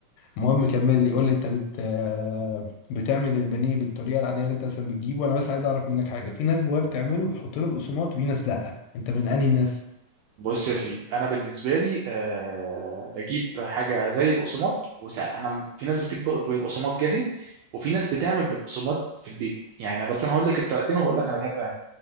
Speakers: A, on the left (about 85°); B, on the right (about 85°).
A: المهم كمل لي قول لي أنت بت آه، بتعمل البانيه بالطريقة العادية اللي أنت أصلا بتجيبه وأنا بس عايز أعرف منك حاجة في ناس بواب بتعمله بتحط له البقسماط وفي ناس لأ أنت من أنهي ناس؟
B: بص يا سيدي انا بالنسبه لي أه بجيب حاجه زي بقسماط وساعة انا م- في ناس بتجيب بقسماط جاهز وفي ناس بتعمل بقسماط في البيت يعني أنا بس انا هقول لك الطريقتين وهقول لك انا بحب انهي